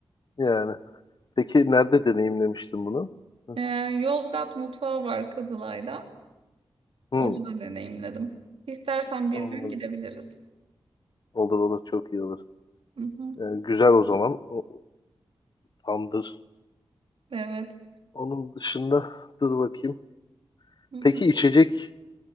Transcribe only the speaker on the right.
E, Yozgat mutfağı var Kızılay'da.
Orada deneyimledim. İstersen bir
gün gidebiliriz.
Hı hı.
Evet.
Hı hı.